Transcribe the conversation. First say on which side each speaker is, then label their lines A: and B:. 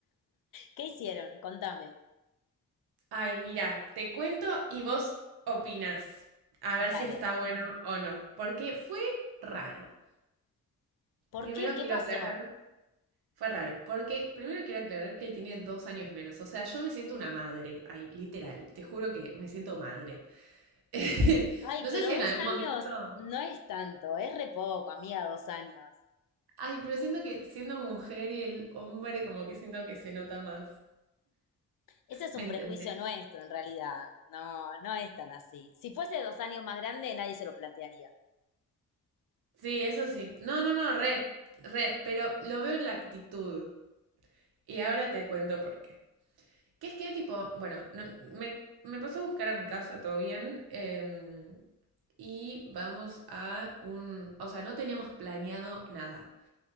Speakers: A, on the left; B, on the right.
A: ¿Qué hicieron? Contame.
B: Ay, mira, te cuento y vos opinas. A ver
A: Dale.
B: si está bueno o no, porque fue raro.
A: ¿Por
B: Primero
A: qué? ¿Qué
B: quiero
A: pasó?
B: aclarar. Fue raro, porque primero quiero aclarar que él tiene dos años menos, o sea, yo me siento una madre, ay, literal, te juro que me siento madre. <laughs>
A: Ay,
B: No sé
A: pero
B: si en
A: dos
B: algún
A: años
B: momento...
A: no es tanto, es re poco, amiga, dos años.
B: Ay, pero siento que siendo mujer y el hombre como que siento que se nota más.
A: Ese es
B: ¿Me
A: un
B: entendés?
A: prejuicio nuestro en realidad. No, no es tan así. Si fuese dos años más grande, nadie se lo plantearía.
B: Sí, eso sí. No, no, no, re, re, pero lo veo en la actitud. Y ahora te cuento por qué. Que es que tipo, bueno, no- me, me pasó a buscar a mi casa, todo bien. em, y vamos a un... O sea, no teníamos planeado nada.